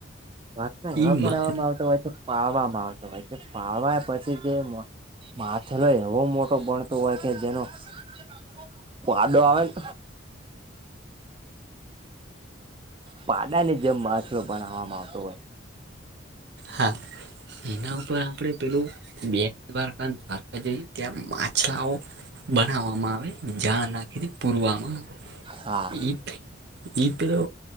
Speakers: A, on the right (about 25°); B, on the right (about 60°).
A: માછલાના
B: ઈ
A: બનાવવામાં
B: માં
A: આવતા હોય છે તો પાવામાં આવતા હોય છે પાવા પછી પછી કે માં માછલો એવો મોટો બણ બનતો હોય છે જેનો <unintelligible> આવે ને પાદની જેમ માછલાઓ બનાવવામાં આવતો હોય.
B: હા. એના ઉપર આપડે પેલું બે દ્વારકા દ્વારકા જોઈએ ત્યાં માછલાઓ બનાવવામાં આવે ઝાળ નાખી દે પૂરવામાં
A: હા
B: ઈ એ તો